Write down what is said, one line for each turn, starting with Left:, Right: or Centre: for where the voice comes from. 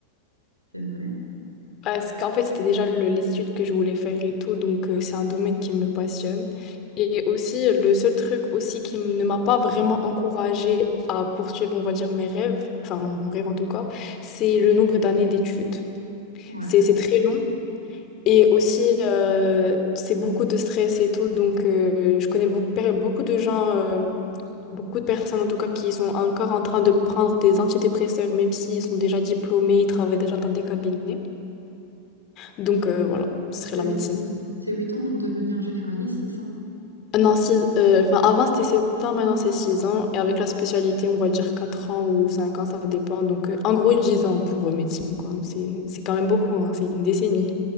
Right: C'est vrai.
Left: Parce qu'en fait, c'était déjà le- les études que je voulais faire et tout, donc euh, c'est un domaine qui me passionne. Et aussi, le seul truc aussi qui m- ne m'a pas vraiment encouragée à poursuivre, on va dire, mes rêves, enfin mon rêve en tout cas, c'est le nombre d'années d'études.
Right: Ouais.
Left: C'est c'est très long et aussi, euh, c'est beaucoup de stress et tout, donc euh, je connais beaucoup, per- beaucoup de gens, euh, beaucoup de personnes en tout cas, qui sont encore en train de prendre des antidépresseurs, même s'ils sont déjà diplômés, ils travaillent déjà dans des cabinets. Donc euh, voilà, ce serait
Right: C'est
Left: la médecine.
Right: c'est huit ans pour devenir généraliste, c'est ça?
Left: Non, six- euh, enfin, avant c'était 7 ans, maintenant c'est 6 ans. Et avec la spécialité, on va dire 4 ans ou 5 ans, ça dépend. Donc euh, en gros dix ans pour euh, médecine, quoi. C'est c'est quand même beaucoup, hein, C'est une décennie.